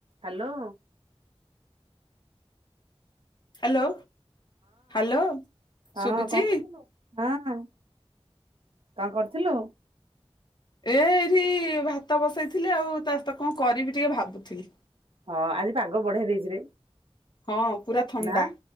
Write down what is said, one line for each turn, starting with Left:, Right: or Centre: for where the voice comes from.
Right: Hello.
Left: Hello hello
Right: ହଁ
Left: ଶୁଭୁଚି।
Right: କଣ କରୁଥିଲୁ? ହଁ କଣ କରିଥିଲୁ।
Left: ଏ ଏଇଠି ଭାତ ବସେଇଥିଲି। ଆଉ ତା ସହିତ କଣ କରିବି ଟିକେ ଭାବୁଥିଲି।
Right: ହଁ ଆଜି ପାଗ ବଢ଼ିଆ ଦେଇଛି ରେ।
Left: ହଁ ପୁରା। ଥଣ୍ଡା
Right: ନା